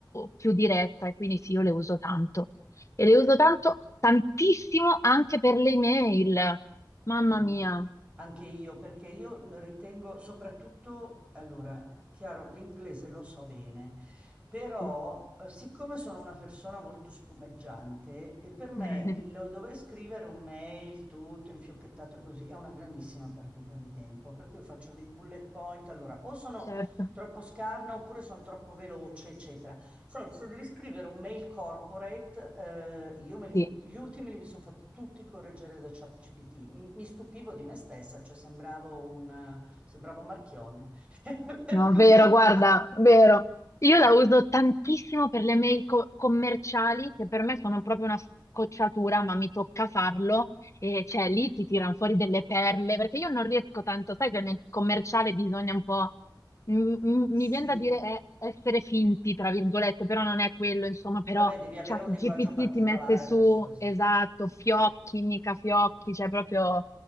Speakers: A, on the left (about 40°); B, on the right (about 15°).
A: più diretta, e quindi sì, io le uso tanto. E le
B: Ma
A: uso
B: i-
A: tanto, tantissimo anche per le email. Mamma
B: An-
A: mia.
B: Anche io, perché io ritengo soprattutto, allora, è chiaro, l'inglese lo so bene, però
A: Sì.
B: eh, siccome sono una persona molto spumeggiante e per me
A: <laughs>
B: il dover scrivere un mail tutto infiocchettato così è una grandissima perdita di tempo, perché io faccio dei bullet point, allora, o sono
A: Certo,
B: troppo scarna oppure sono troppo veloce, eccetera. Senti, se devi scrivere un mail corporate, eh, io me li-
A: sì.
B: gli ultimi li mi sono fatti tutti correggere da ChatGPT. Mi, mi stupivo di me stessa, cioè sembravo un, sembravo Marchione. <laughs> Per
A: No,
B: cui-
A: vero, guarda,
B: <laughs>
A: vero. Io la uso tantissimo per le mail co- commerciali, che per me sono proprio una scocciatura, ma mi tocca farlo. E cioè lì ti tirano fuori delle perle, perché io non riesco tanto, sai che nel commerciale bisogna un po'... m- m- mi
B: Sì,
A: viene da dire eh, essere finti, tra virgolette, però non è quello, insomma, però
B: vabbè, devi avere
A: ChatGPT
B: un linguaggio particolare
A: ti mette su,
B: persuasivo.
A: esatto, fiocchi, mica fiocchi, cioè proprio...